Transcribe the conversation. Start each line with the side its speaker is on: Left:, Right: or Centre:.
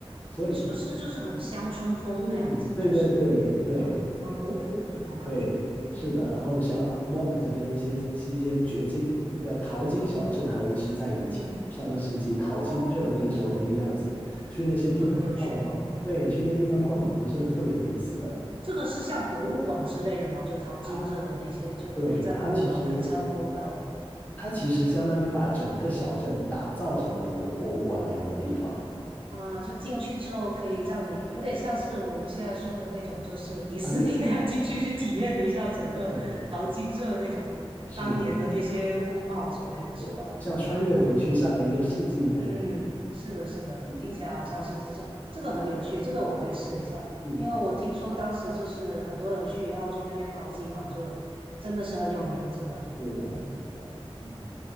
Left: 所以，
Right: 是不是就是很乡村风那样子，
Left: 嗯，对对对对。
Right: 就是很很古朴的那种感觉？
Left: 对，是的。
Right: 嗯
Left: 然后像啊墨尔本这边一些一些掘金的淘金小镇，还维持在以前上个世纪淘金热那个时候那个样子。
Right: 嗯。哦，
Left: 去那些地方逛逛，
Right: 这个很有趣，嗯
Left: 对，去那些地方逛逛，
Right: 嗯，
Left: 其实特别有意思的。
Right: 这个是像博物馆之类的吗？就淘金热的那些，
Left: 啊，
Right: 就可以在博物馆可以参观到吧？
Left: 对，它其实它其实相当于把整个小镇打造成了一个博物馆那样的地方。
Right: 啊，就进去之后可以让你有点像是我们现在说的那种，就是迪士尼那样进去去体验一下整个淘金热那种当年的那些风貌之类的，
Left: 穿越，对，是
Right: 是吧？
Left: 是的，像穿越回去上个一个世纪那种。
Right: 嗯，是的，是的，
Left: 嗯
Right: 听起来好像是这种，这个很有趣，这个我可以试一下，
Left: 嗯，
Right: 因为我听说当时就是很多人去澳洲那边淘金嘛，
Left: 对，
Right: 就真的是很有名这个，
Left: 是的，
Right: 嗯，
Left: 是的，嗯。